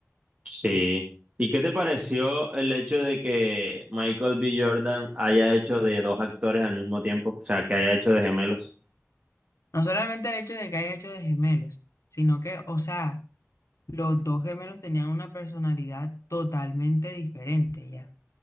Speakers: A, on the right (about 30°); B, on the left (about 80°).
A: Sí. ¿Y qué te pareció el hecho de que Michael B. Jordan haya hecho de dos actores al mismo tiempo? O sea, que haya hecho de gemelos.
B: No solamente el hecho de que haya hecho de gemelos, sino que, o sea, los dos gemelos tenían una personalidad totalmente diferente ya.